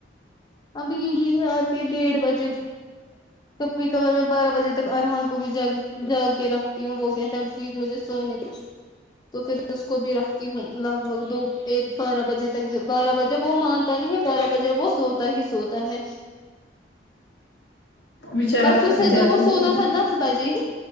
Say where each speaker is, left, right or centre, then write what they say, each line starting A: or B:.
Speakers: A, on the left; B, on the left.
A: ابھی نیند اتی ہے ڈیڑھ بجے کبھی کبار میں بارہ بجے تک ارہان کو بھی ج جاگ کے رکھتی ہوں وہ کہتا ہیں پلیز مجھے سونے دو تو پھر اس کو بھی رکھتی ہوں لگ بھگ دو ایک بارہ بجے تک بارہ بجے وہ مانتا نہیں ہے بارہ بجے وہ سوتا ہی سوتا ہے
B: بچارا
A: پرسوں
B: تھک
A: سے
B: جاتا
A: تو وہ
B: ہے
A: سوتا تھا دس بجے ہی